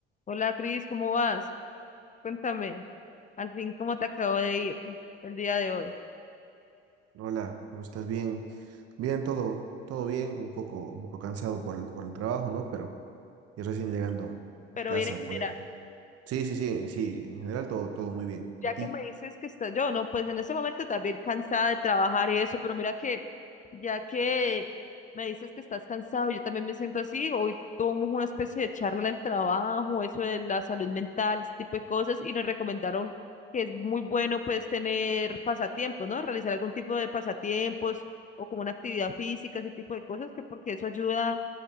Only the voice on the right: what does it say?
Hola, ¿cómo estás? Bien, bien, todo, todo bien, un poco, un poco cansado por el, por el trabajo, ¿no? Pero ya recién llegando
a casa
a
poder. Sí, sí, sí, sí, en general todo, todo muy bien.
¿A ti?